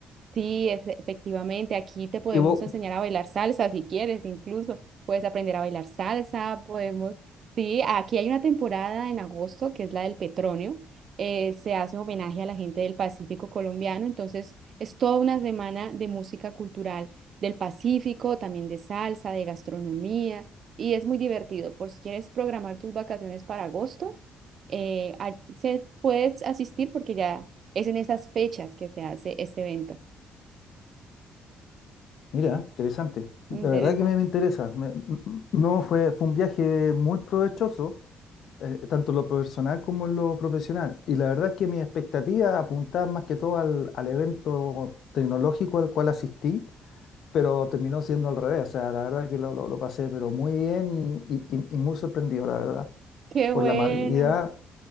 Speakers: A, on the right (about 55°); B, on the left (about 70°).
A: Sí, efe- efectivamente, aquí te podemos
B: Que vos-
A: enseñar a bailar salsa si quieres, incluso puedes aprender a bailar salsa, podemos, sí, aquí hay una temporada en agosto que es la del petróleo, eh, se hace homenaje a la gente del Pacífico colombiano, entonces es toda una semana de música cultural del Pacífico, también de salsa, de gastronomía, y es muy divertido, por si quieres programar tus vacaciones para agosto, eh, a- se, puedes asistir porque ya es en esas fechas que se hace este evento.
B: Mira, interesante. La
A: Interesante.
B: verdad que me, me interesa. Me- m- m- no fue, fue un viaje muy provechoso, eh, tanto en lo personal como en lo profesional. Y la verdad es que mis expectativas apuntaban más que todo al, al evento tecnológico al cual asistí, pero terminó siendo al revés. O sea, la verdad que lo, lo- lo pasé, pero muy bien y, y- y- y muy sorprendido, la verdad,
A: Qué
B: por
A: bueno.
B: la amabilidad